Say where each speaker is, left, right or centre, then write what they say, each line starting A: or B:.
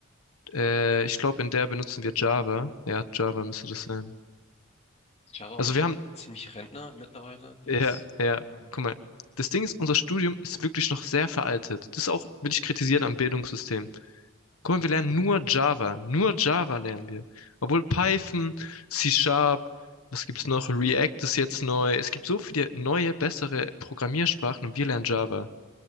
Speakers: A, on the left; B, on the left.
A: Äh, ich glaube, in der benutzen wir Java. Ja, Java müsste das sein.
B: Java auch
A: Also
B: nicht
A: wir haben,
B: ziemlich Rentner mittlerweile, Dings?
A: ja, ja,
B: Ja.
A: guck mal. Das Ding ist, unser Studium ist wirklich noch sehr veraltet. Das auch, will ich kritisieren am Bildungssystem. Guck mal, wir lernen nur Java. Nur Java lernen wir. Obwohl Python, C Sharp, was gibt's noch? React ist jetzt neu. Es gibt so viele neue, bessere Programmiersprachen und wir lernen Java.